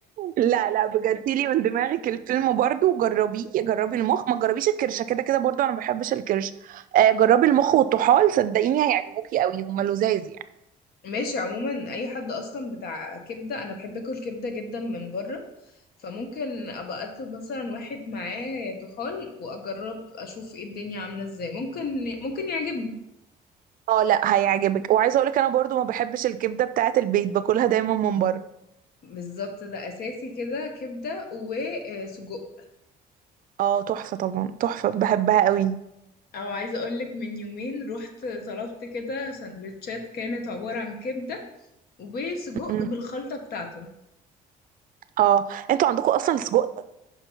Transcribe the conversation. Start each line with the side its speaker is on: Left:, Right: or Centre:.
Right: لا لا بجد لي من دماغك الفيلم برضو وجربيه جربي المخ ما تجربيش الكرشة كده كده برضو انا ما بحبش الكرش آه جربي المخ والطحال صدقيني هيعجبوكي قوي هما لذاذ يعني
Left: ماشي عموما أي حد أصلا بتاع كبدة أنا بحب أكل كبدة جدا من بره فممكن أبقى أطلب مثلا واحد معاه طحال وأجرب أشوف إيه الدنيا عاملة إزاي ممكن ممكن يعجبني
Right: اه لا هيعجبك وعايزه اقولك انا برضو ما بحبش الكبده بتاعه البيت باكلها دايما من بره
Left: بالظبط ده أساسي كده كبدة وسجق
Right: اه تحفه طبعا تحفه بحبها قوي
Left: او عايزه اقولك من يومين رحت طلبت كده سندوتشات كانت عباره عن كبده وسجق
Right: م- م.
Left: بالخلطه بتاعته
Right: اه انتوا عندكم اصلا السجق